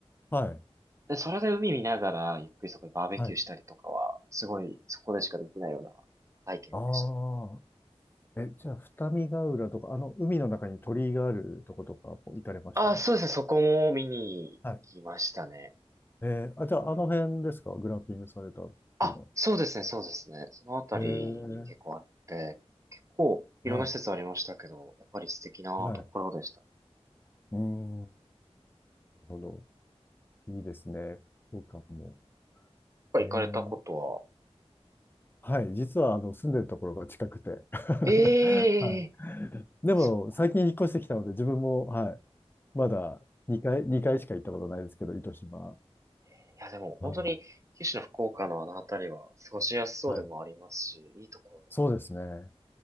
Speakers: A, on the left; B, on the right.
A: はい、
B: で、それで海見ながら、ゆっくりそこでバーベキューしたりとかは、
A: はい。
B: すごい、そこでしかできないような体験でした。
A: ああ、え、じゃあ、二見ヶ浦とか、あの、海の中に鳥居があるとことか行かれました
B: あ、そうですね。そこも見に行きましたね。
A: はい。えー、あ、じゃあ、あの辺ですかグランピングされたっていうのは。
B: あ、そうですね。そうですね。そのあたりに結構あって、
A: えー、
B: 結構いろんな施設ありましたけど、
A: はい、
B: やっぱり素敵なところでしたね。
A: はい。
B: や
A: うーん、なるほど。いいですね。福岡も。
B: っぱ行かれたことは、
A: えー、はい。実は、あの、住んでるところが近くて。<laughs>
B: ええ
A: はい。でも、
B: そうだ
A: 最近引っ越してきたので、自分も、はい。まだ2回、2回しか行ったことないですけど、糸島。
B: ね。いや、でも本当に九州の福岡のあのあたりは過ごしやすそうでもありますし、
A: はい。はい。
B: いいところ。
A: そうですね。